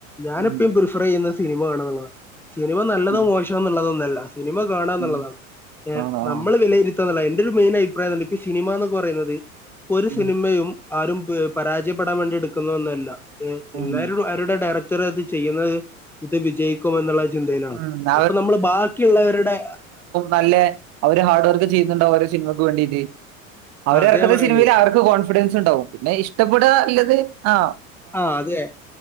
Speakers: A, in the centre; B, on the right.
A: ഞാനെപ്പയും
B: ഉം
A: പ്രിഫർ ചെയ്യുന്നസിനിമ കാണഎന്നുള്ളതാണ് സിനിമനല്ലതോ
B: ഉം
A: മോഷാഎന്നുള്ളതല്ല. സിനിമകാണാന്നുള്ളതാണ്
B: ഉം
A: ഏ
B: ആഹ് ആഹ്
A: നമ്മൾ വിലയിരുത്തഎന്നുള്ള എന്റെരു മെയിൻ അഭിപ്രായം സിനിമന്നൊക്കെ പറയുന്നത്ഒര്
B: ഉം
A: സിനിമയും ആരും പ് പരാജയപ്പെടാൻവേണ്ടി എടുക്കുന്നഒന്നുല്ല
B: ഉം
A: എല്ലാരും അവരുടെ ഡയറ ട്ടർ ചെയ്യുന്നത്ഇത് വിജയിക്കുമെന്നുള്ള ചിന്തയിലാണ്
B: ഉം
A: അപ്പൊനമ്മൾ ബാക്കിയുള്ളവരുടെ
B: നല്ലെ അവര്ഹാർഡ്വർക്ക് ചെയ്യുന്നുണ്ട് അവരെസിനിമക്ക് വേണ്ടീട്ട്. അവര്എരക്കുന്ന
A: അതെ ഞാൻ പറയുന്നേ
B: സിനിമയിൽ അവർക്ക് കോൺഫിഡൻസ്ഇണ്ടാവും പിന്നെ ഇഷ്ടപ്പെടാന്നില്ലത് ആ
A: ആഹ് അതെ